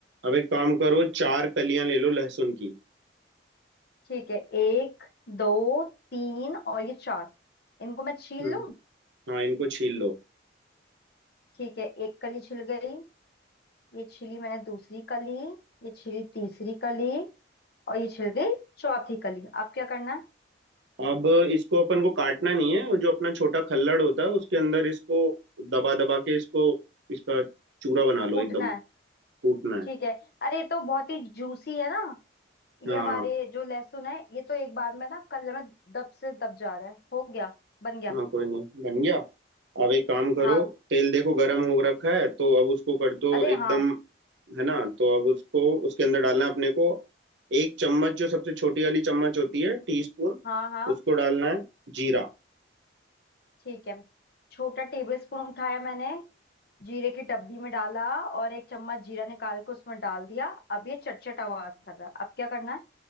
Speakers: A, on the right; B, on the left.
A: अब एक काम करो चार कलियां ले लो लहसुन की
B: ठीक है एक दो तीन और ये चार इनको मैं छील
A: हम्म
B: लूं
A: हाँ इनको छील लो
B: ठीक है एक कली छिल गई ये छिली मैंने दूसरी कली ये छिली तीसरी कली और ये छिल गई चौथी कली अब क्या करना है
A: अब इसको अपन को काटना नहीं है वो जो अपना छोटा खल्लड़ होता है उसके अंदर इसको दबा दबा के इसको इसका चूरा बना लो
B: कूटना
A: एकदम
B: है
A: कूटना है
B: ठीक है अरे ये तो बहुत ही जूसी है ना ये
A: हाँ
B: हमारे जो लहसुन है ये तो एक बार में ना कलर में दब से दब जा रहा है हो गया बन गया
A: हाँ कोई नहीं बन गया अब एक काम करो
B: हाँ
A: तेल देखो गरम हो रखा है तो अब उसको कर दो
B: अरे हाँ
A: एकदम है ना तो अब उसको उसके अंदर डालना है अपने को एक चम्मच जो सबसे छोटी वाली चम्मच होती है टीस्पून
B: हाँ हाँ
A: उसको डालना है जीरा
B: ठीक है छोटा टेबल स्पून उठाया मैंने जीरे की डब्बी में डाला और एक चम्मच जीरा निकाल के उसमें डाल दिया अब ये चटचट आवाज कर रहा है अब क्या करना है